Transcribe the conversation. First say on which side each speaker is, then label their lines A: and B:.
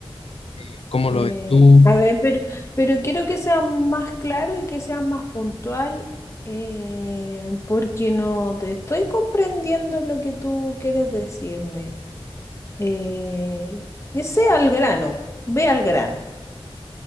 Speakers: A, on the left; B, on the left.
A: Eh, ¿cómo
B: Eh,
A: lo ves tú?
B: a ver, pero, pero quiero que sea más claro y que sea más puntual, eh, porque no te estoy comprendiendo lo que tú quieres decirme. Eh, que sea al grano, ve al grano.